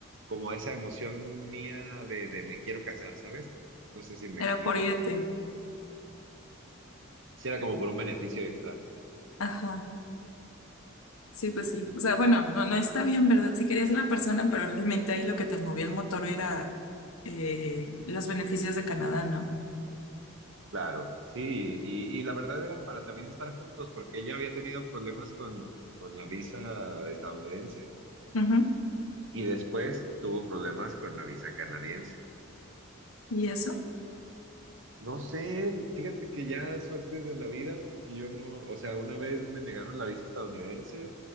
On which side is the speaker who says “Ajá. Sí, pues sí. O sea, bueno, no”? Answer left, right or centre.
Left